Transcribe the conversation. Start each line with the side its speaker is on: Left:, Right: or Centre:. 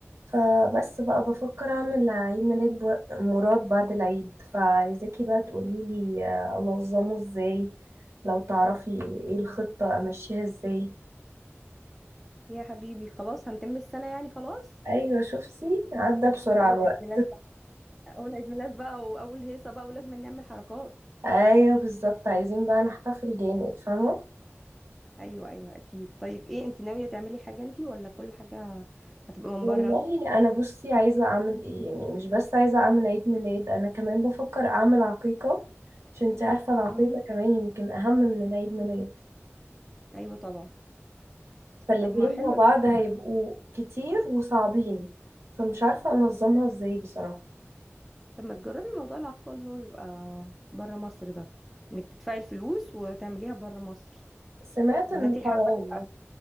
Right: فبس بقى بفكر اعمل عيد ميلاد بو- مراد بعد العيد فعايزاكي بقى تقوليلي آه، انظمه ازاي لو تعرفي ايه الخطة امشيها ازاي
Centre: يا حبيبي خلاص هنتم السنة يعني خلاص
Right: ايوه شفتي عدى بسرعة
Centre: أول
Right: الوقت
Centre: عيد ميلاد بقى أول عيد ميلاد بقى وأول هيصة بقى ولازم نعمل حركات
Right: ايوه بالظبط عايزين بقى نحتفل جامد فاهمة
Centre: أيوة أيوة أكيد طيب إيه أنت ناوية تعملي حاجة أنت ولا كل حاجة هتبقى من
Right: والله
Centre: بره
Right: انا بصي عايزة اعمل ايه يعني مش بس عايزة اعمل عيد ميلاد انا كمان بفكر اعمل عقيقة عشان انتي عارفة العقيقة
Centre: مم.
Right: كمان يمكن اهم من العيد ميلاد
Centre: أيوة طبعا
Right: فالاتنين
Centre: طب ما حلوة
Right: مع بعض
Centre: دي
Right: هيبقوا كتير وصعبين فمش عارفة أنظمها ازاي بصراحة
Centre: طب ما تجربي موضوع العقد اللي هو بيبقى بره مصر ده إنك تدفعي الفلوس وتعمليها بره مصر
Right: سمعت
Centre: ولا
Right: إنه
Centre: أنت حابة
Right: حرام
Centre: تبقى